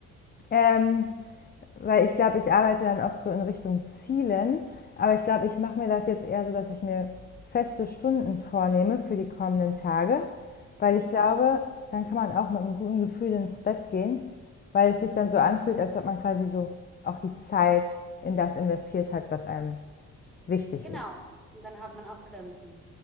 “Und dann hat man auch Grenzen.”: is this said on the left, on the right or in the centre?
Centre